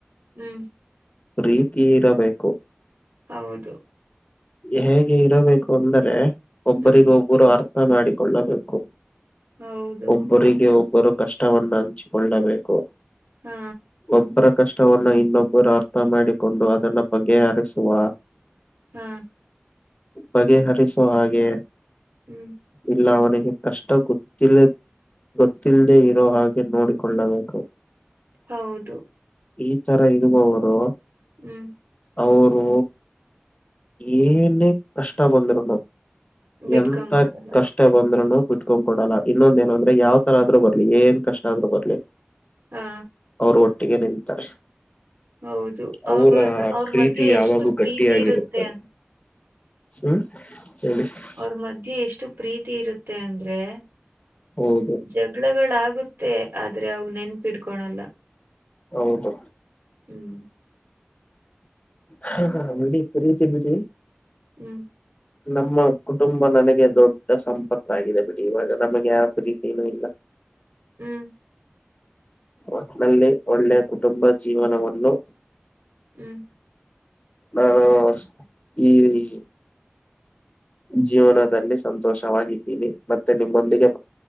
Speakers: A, on the right; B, on the left.
A: ಹ್ಮ್
B: ಪ್ರೀತಿ ಇರಬೇಕು.
A: ಹೌದು
B: ಹೇಗೆ ಇರಬೇಕು ಅಂದ್ರೆ ಒಬ್ಬರಿಗ
A: ಹ್ಮ್
B: ಹೂಂ ಒಬ್ರು ಅರ್ಥ ಮಾಡಿಕೊಳ್ಳಬೇಕು
A: ಹೌದು
B: ಒಬ್ಬರಿ ಪ್ರತಿಯೊಬ್ಬರು ಕಷ್ಟವನ್ನು ಹಂಚಿಕೊಳ್ಳಬೇಕು.
A: ಹಾ
B: ಒಬ್ಬರ ಕಷ್ಟವನ್ನು ಇನ್ನೊಬ್ಬರು ಅರ್ಥ ಮಾಡಿಕೊಂಡು ಅದನ್ನ ಬಗೆಹರಿಸುವ
A: ಹಾ
B: ಬಗೆಹರಿಸೋ ಹಾಗೆ.
A: ಹೂ
B: ಇಲ್ಲ ಅವನಿಗೆ ಕಷ್ಟ ಗೊತ್ತಿಲ್ಲಾ ಗೊತ್ತಿಲ್ಲದೇ ಇರೋ ಹಾಗೆ ನೋಡಿಕೊಳ್ಳಬೇಕು.
A: ಹೌದು,
B: ಈ ತರ ಇರುವವರು
A: ಹ್ಮ್,
B: ಅವರು ಏನೇ ಕಷ್ಟ ಬಂದರು
A: ಬಿಟ್ಕೊಂಡ್
B: ಎಂತ ಕಷ್ಟ
A: ಕೊಡಲ್ಲ
B: ಕಷ್ಟ ಬಂದ್ರುನು ಬಿಟ್ಕೊಂಡ್ ಕೊಡಲ್ಲ ಇನ್ನೊಂದಏನ ಅಂದ್ರೆ ಯಾವ ತರ ಆದ್ರು ಬರ್ಲಿ ಏನ್ ಕಷ್ಟ ಆದ್ರು ಬರ್ಲಿ.
A: ಹಾ,
B: ಅವರು ಒಟ್ಟಿಗೆ ನಿಲ್ಲುತ್ತಾರೆ.
A: ಹೌದು ಅವಾಗ
B: ಅವರ
A: ಅವ್ರ ಅವ್ರ
B: ಪ್ರೀತಿ
A: ಮಧ್ಯೆ
B: ಯಾವಾಗೂ
A: ಎಷ್ಟು ಪ್ರೀತಿ
B: ಗಟ್ಟಿಯಾಗಿರುತ್ತದೆ.
A: ಇರುತ್ತೆ ಅನ್-
B: ಹ್ಮ್ ಹೇಳಿ <inaudible>
A: ಅವ್ರ ಮಧ್ಯೆ ಎಷ್ಟು ಪ್ರೀತಿ ಇರುತ್ತೆ ಅಂದ್ರೆ
B: ಹೌದು
A: ಜಗಳಗಳಾಗುತ್ತ ತ್ತೆ ಆದ್ರೆ ಅವು ನೆನ್ಪಿಟ್ಕೊಳಲ್ಲ.
B: ಹೌದು,
A: ಹ್ಮ್,
B: ಹ ಬಿಡಿ ಪ್ರೀತಿ ಬಿಡಿ <unintelligible>
A: ಹ್ಮ್,
B: ನಮ್ಮ ಕುಟುಂಬ ನನಗೆ ದೊಡ್ಡ ಸಂಪತ್ತಾಗಿದೆ. ಬಿಡಿ ಇವಾಗ ನಮಗೆ ಯಾವ ಪ್ರೀತನೂ ಇಲ್ಲ
A: ಹ್ಮ್,
B: ಒಟ್ಟನಲ್ಲಿ ಒಳ್ಳೆ ಕುಟುಂಬ ಜೀವನವನ್ನು
A: ಹ್ಮ್,
B: ನಾನು ಈ <unintelligible> ಜೀವನದಲ್ಲಿ ಸಂತೋಷವಾಗಿದ್ದೀನಿ ಮತ್ತೆ ನಿಮ್ಮೊಂದಿಗೆ